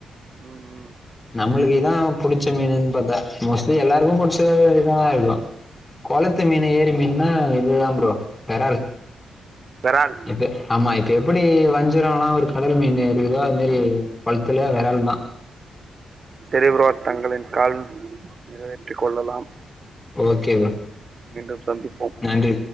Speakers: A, on the right; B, on the left.
A: ம் ம்
B: நம்மளுக்கு இதா புடிச்ச மீனுன் பாத்தா மோஸ்ட்லி எல்லாருக்கு புட்ச்சதாவே இதா இருக்கு கொளத்து மீன் ஏறி மீன்னா இதுதா ப்ரோ விரால்
A: வெரால்
B: இப்ப ஆமா இப் இப்ப எப்டி வஞ்சிரோலா ஒரு கடல் மீன் இருக்குதோ அது மாரி கொள்த்துல விரால் தா
A: செரி ப்ரோ தங்களின் கால் நிறைவேற்றிக் கொள்ளலாம்
B: ஓகே ப்ரோ
A: மீண்டும் சந்திப்போம்
B: நன்றி